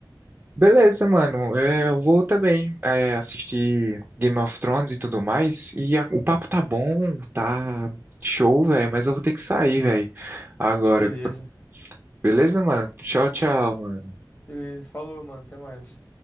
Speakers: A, on the right; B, on the left.
A: Beleza, mano. É, Eu vou também é, assistir Game of Thrones e tudo mais. E a- o papo tá bom, tá show, velho, mas eu vou ter que sair, velho, agora.
B: Beleza,
A: Beleza, mano? Tchau, tchau, mano.
B: beleza. Falou, mano. Até mais.